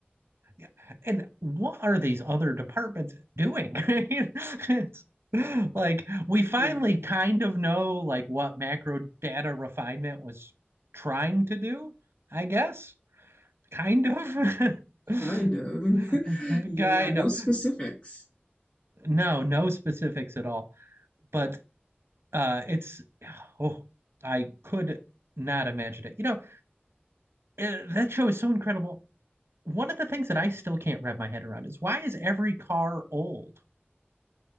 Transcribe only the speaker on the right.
Yeah. And what are these other departments doing? <laughs> It's like we finally
kind of know like what macro data refinement was trying to do, I guess. Kind of. <laughs> <laughs>
Kind
of.
No, no specifics at all. But uh it's oh, I could not imagine it. You know, eh, that show is so incredible. One of the things that I still can't wrap my head around is why is every car old?